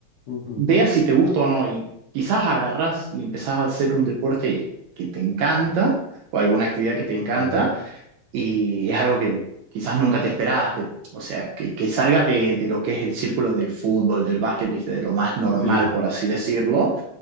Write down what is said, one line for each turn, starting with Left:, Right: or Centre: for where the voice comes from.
Left: ujú,
Right: veas si te gusta o no. Y quizás agarrás y empezás a hacer un deporte que te encanta o alguna actividad que te encanta
Left: sí.
Right: y es algo que quizás nunca te esperaste. O sea, que, que salga de, de lo que es el círculo del fútbol, del básquet, viste, de lo más normal,
Left: Sí,
Right: por así decirlo,